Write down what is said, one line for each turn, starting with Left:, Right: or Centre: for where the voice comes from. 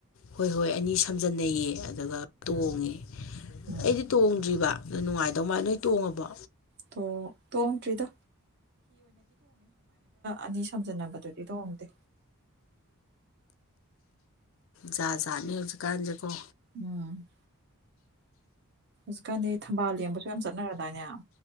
Left: ꯍ ꯍꯣꯏ ꯑꯅꯤ ꯁꯝꯖꯟꯅꯩꯌꯦ ꯑꯗꯨꯒ ꯇꯣꯡꯉꯦ
Right: ꯎꯝ
Left: ꯑꯩꯗꯤ ꯇꯣꯡꯗ꯭ꯔꯤꯕ ꯑꯗ ꯅꯨꯡꯉꯥꯏꯗꯧ ꯃꯥꯥꯏꯅ ꯅꯣꯏ ꯇꯣꯡꯉꯕ
Right: ꯇ ꯑꯣꯟꯇꯔꯤꯗ ꯑꯅꯤ ꯁꯝꯖꯟꯅꯕꯗꯨꯗꯤ ꯇꯣꯡꯗꯦ
Left: ꯖꯥꯖꯥꯅꯤ ꯍꯧꯖꯤꯛ ꯀꯥꯥꯟꯖꯦꯣ
Right: ꯎꯝ ꯍꯧꯖꯤꯛꯀꯥꯟꯗꯤ ꯊꯝꯕꯥꯜ ꯌꯦꯡꯕꯁꯨ ꯌꯥꯝ ꯆꯠꯅꯔꯗꯥꯏꯅꯦ